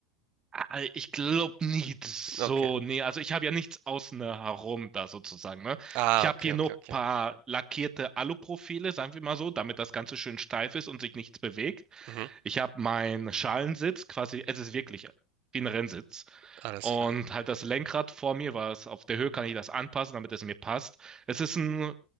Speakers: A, on the right (about 25°); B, on the right (about 45°).
A: Ah, Ich glaube nicht so.
B: Okay.
A: Nee, also ich habe ja nichts außen herum da sozusagen, ne?
B: Ah,
A: Ich habe
B: okay,
A: hier
B: okay,
A: nur ein
B: okay.
A: paar lackierte Aluprofile, sagen wir mal so, damit das Ganze schön steif ist und sich nichts bewegt.
B: Mhm,
A: Ich habe meinen Schalensitz quasi, es ist wirklich wie ein Rennsitz.
B: alles
A: Und
B: klar.
A: halt das Lenkrad vor mir, was auf der Höhe kann ich das anpassen, damit es mir passt. Es ist ein